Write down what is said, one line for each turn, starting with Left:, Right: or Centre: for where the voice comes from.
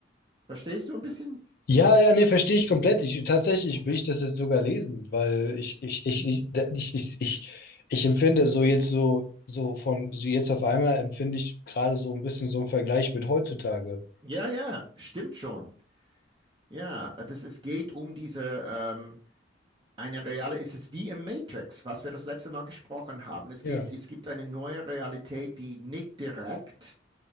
Right: verstehst du ein bisschen?
Left: Ja, ja, nee, verstehe ich komplett. Ich, tatsächlich will ich das jetzt sogar lesen, weil ich, ich, ich, ich, da- ich, ich, ich, ich empfinde so jetzt so, so von, so jetzt auf einmal empfinde ich gerade so ein bisschen so einen Vergleich mit heutzutage.
Right: Ja, ja, stimmt schon. Ja, das, es geht um diese, ähm, eine reale, es ist wie im Matrix, was wir das letzte Mal gesprochen haben. Es
Left: Ja.
Right: gibt, es gibt eine neue Realität, die nicht direkt